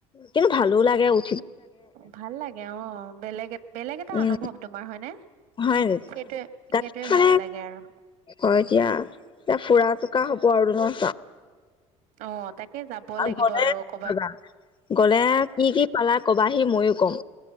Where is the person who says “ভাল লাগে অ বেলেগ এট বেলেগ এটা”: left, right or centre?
Right